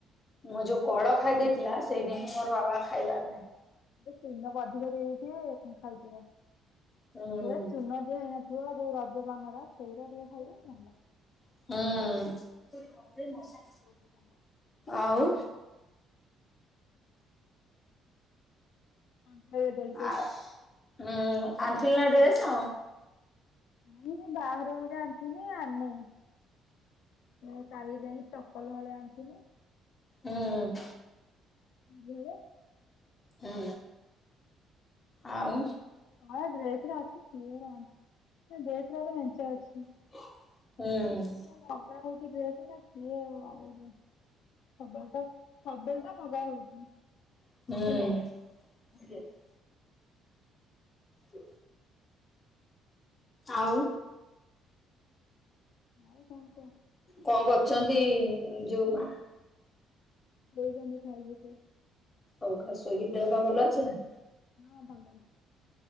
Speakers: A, on the left; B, on the left.
A: ମୋ ଯୋଉ କଳ ଖାଇ ଦେଇଥିଲା ସେଇ ଦିନଠୁ ମୋର ବାବା ଖାଇବାର ନାହିଁ।
B: ଏ ଚୂନ କୁ ଅଧିକ ଦେଇ ଦେଇଥିବେ, ହଁ ଖାଇଯିବ
A: ହୁଁ
B: ଏ ଚୂନ ହେଇ ନ ନଥିବ ଯୋଉ ରଜ ପାନରା ସେଉରା ଟିକେ ଖାଇବେ ନହେଲେ
A: ହଁ।
B: ରଜ ପାନଉରା।
A: ଆଉ
B: ହଁ ସେ ଦୋଳି କରିଛ।
A: ଆଉ ହୁଁ ଆଣଥିଲୁନା ଡ୍ରେସ୍?
B: ନା ମୁଁ ମୁଁ ବାହାଘରକୁ ଯାହା ଅଣିଥିନି ଆଣନାଇଁ। ଏ କାଲି ଯାଇଁକି ଚ ପଲ ହଳେ ଆଣିଥିନି।
A: ହୁଁ।
B: ଭେଳେ
A: ହୁଁ ଆଉ
B: ହଁ ଡ୍ରେସ୍ ରା ଅଛି। କିଏ ହେରା ଆଣ, ଏ ଡ୍ରେସ୍ ରା ତ ମେଞ୍ଚେ ଅଛି।
A: ହଁ।
B: ସେ ମଗା ହୋଉଚି ଡ୍ରେସ୍ ଉଡା କିଏ ଆଣିବାକୁ ଯିବ। ସବବେଳେ ତ ସବବେଳେ ତ ମଗା ହଉଛି।
A: ହଁ। ହ ଆଉ
B: ଆଉ କଣ କୁହ?
A: କଣ କରଛନ୍ତି ଯୋଉ ମା?
B: ବଇଚନ୍ତି ଖାଇକି ଟିକେ।
A: ହଉ ଖା ଶୋଇକି। ଦେହପା ଭଲ ଅଛି ନା?
B: ହଁ ଭଲ ଅଛି।